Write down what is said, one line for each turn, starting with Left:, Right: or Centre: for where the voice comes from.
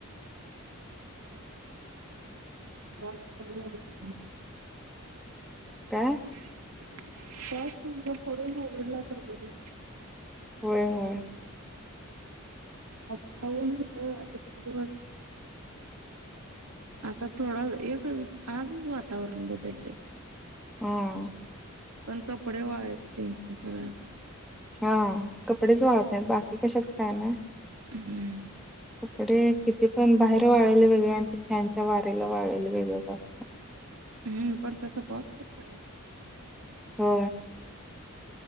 Right: पा <inaudible>
Centre: काय
Right: <unintelligible> होय होय
Centre: होय होय
Right: आच बोलत एक दिवस आता थोडा एक आजच वातावरण बदललय
Centre: हम्म
Right: पण कपडे व् टेन्शन सगळ्यांना
Centre: हा कपडेच वाळत नाहीत बाकी कशाच काय नाही
Right: हम्म
Centre: कपडे किती पण बाहेर वाळलेलले वेगळे आणि ते फॅनच्या वारेला वाढल वेगळं जास्त
Right: हम्म पण तसं पाऊस पण पडायला
Centre: हो